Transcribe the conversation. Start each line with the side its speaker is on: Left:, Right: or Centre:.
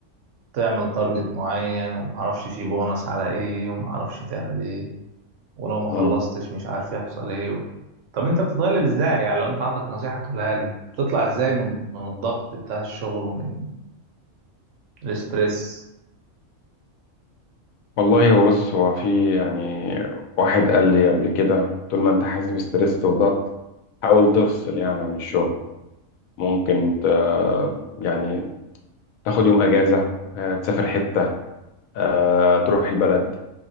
Right: تعمل تارجت معين ومعرفش فيه بونص على ايه ومعرفش تعمل ايه ولو ما خلصتش
Left: مم.
Right: مش عارف يحصل ايه و... طب انت بتتغلب ازاي يعني لو انت عندك نصيحة تقولها لي بتطلع ازاي من من الضغط بتاع الشغل ومن الاسترس
Left: والله هو بص هو في يعني واحد قال لي قبل كده طول ما انت حاسس بستريس وضغط حاول تفصل يعني عن الشغل ممكن ت... يعني تاخد يوم اجازة آه، تسافر حتة آه، تروح البلد